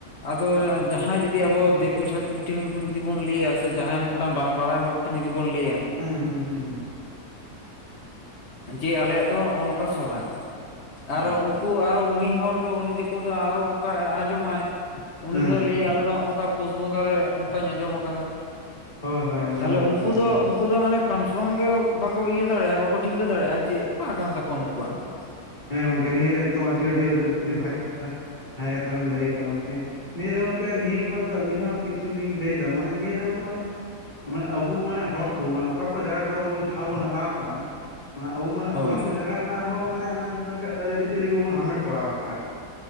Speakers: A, on the left; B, on the left.
A: ᱟᱫᱚ ᱡᱟᱦᱟᱸᱭ ᱡᱩᱫᱤ ᱟᱵᱚ ᱫᱤᱠᱩ ᱪᱷᱟᱹᱛᱤᱠ ᱴᱷᱮᱱ ᱡᱩᱫᱤ ᱵᱚᱱ ᱞᱟᱹᱭᱟ ᱥᱮ ᱡᱟᱦᱟᱸᱭ ᱢᱤᱫᱴᱟᱝ ᱵᱟᱝᱢ ᱵᱟᱲᱟᱭ ᱦᱚᱲ ᱢᱤᱫᱴᱮᱱ ᱡᱩᱫᱤ ᱵᱚᱱ ᱞᱟᱹᱭᱟ,
B: ᱦᱩᱸ ᱦᱩᱸ ᱦᱩᱸ ᱦᱩᱸ,
A: ᱡᱮ ᱟᱞᱮᱭᱟᱜ ᱫᱚ ᱱᱚᱜ-ᱚ ᱱᱚᱝᱠᱟ ᱥᱚᱨᱦᱟᱭ ᱟᱨᱚ
B: ᱦᱩᱸ
A: ᱩᱱᱠᱩ ᱟᱨᱚ ᱩᱱᱤ ᱦᱚᱲ ᱩᱱᱤ ᱫᱤᱠᱩ ᱫᱚ ᱟᱨᱚ ᱚᱱ ᱟᱸᱡᱚᱢᱟᱭ ᱩᱱᱤ
B: ᱦᱩᱸ
A: ᱫᱚᱭ
B: ᱦᱩᱸ
A: ᱞᱟᱹᱭᱟ ᱟᱞᱮ ᱫᱚ ᱚᱱᱠᱟ ᱯᱩᱥ ᱵᱚᱸᱜᱟ ᱨᱮ ᱚᱱᱠᱟᱧ ᱟᱸᱡᱚᱢ ᱟᱠᱟᱫᱟ
B: ᱦᱳᱭ ᱦᱳᱭ ᱮᱠᱫᱚᱢ
A: ᱛᱟᱦᱚᱞᱮ
B: ᱮᱠᱫᱚᱢ
A: ᱩᱱᱠᱩ
B: ᱮᱠᱫᱚᱢ
A: ᱫᱚ ᱩᱱᱠᱩ ᱫᱚ ᱢᱟᱱᱮ ᱠᱚᱱᱯᱷᱟᱨᱢ ᱜᱮ ᱵᱟᱠᱚ ᱫᱟᱲᱭᱟᱜ-ᱟ ᱵᱟᱠᱚ ᱴᱷᱤᱠᱟᱹ ᱡᱮ ᱚᱠᱟ ᱠᱟᱱ ᱛᱟᱠᱚᱣᱟ ᱱᱩᱠᱩ ᱣᱟᱜ ᱫᱚ᱾
B: ᱦᱮᱸ ᱜᱚᱝᱠᱮ ᱱᱤᱭᱟᱹ ᱫᱚ ᱮᱠᱫᱚᱢ ᱟᱹᱰᱤ ᱟᱹᱰᱤ ᱟᱹᱰᱤ ᱟᱹᱰᱤ ᱵᱷᱟᱜᱤ ᱠᱟᱛᱷᱟ ᱵᱷᱟᱜᱮ ᱠᱟᱛᱷᱟ ᱵᱮᱱ ᱞᱟᱹᱭ ᱠᱟᱜ-ᱟ ᱜᱚᱝᱠᱮ᱾ ᱱᱤᱭᱟᱹ ᱫᱚ ᱜᱚᱝᱠᱮ ᱱᱤᱭᱟᱹ ᱵᱮᱯᱟᱨ ᱫᱚ ᱟᱹᱞᱤᱧ ᱦᱚᱸ ᱠᱤᱪᱷᱩ ᱞᱤᱧ ᱞᱟᱹᱭᱮᱫᱟ ᱢᱟᱱᱮ ᱱᱤᱭᱟᱹ ᱫᱚ ᱜᱚᱝᱠᱮ ᱢᱟᱱᱮ ᱢᱟᱱᱮ ᱟᱵᱚ ᱢᱟᱱᱮ ᱦᱚᱲ ᱠᱚ ᱢᱟᱱᱮ ᱚᱠᱟ ᱠᱚ ᱡᱟᱭᱜᱟ ᱠᱚᱨᱮ ᱴᱷᱟᱶ ᱵᱚᱱ ᱦᱟᱛᱟᱣ ᱟᱠᱟᱜᱼᱟ ᱢᱟᱱᱮ ᱟᱵᱚ ᱢᱟᱱᱮ
A: ᱦᱳᱭ
B: ᱚᱱᱟ ᱠᱚ ᱡᱟᱭᱜᱟ ᱨᱮᱱᱟᱜ ᱦᱚᱸ ᱢᱟᱱᱮ ᱚᱱᱮ ᱜᱮ ᱟᱹᱱ ᱟᱹᱨᱤᱪᱟᱹᱞᱤ ᱜᱮᱵᱚᱱ ᱦᱟᱢᱮᱴ ᱛᱚᱨᱟᱣ ᱟᱠᱟᱫ-ᱟ᱾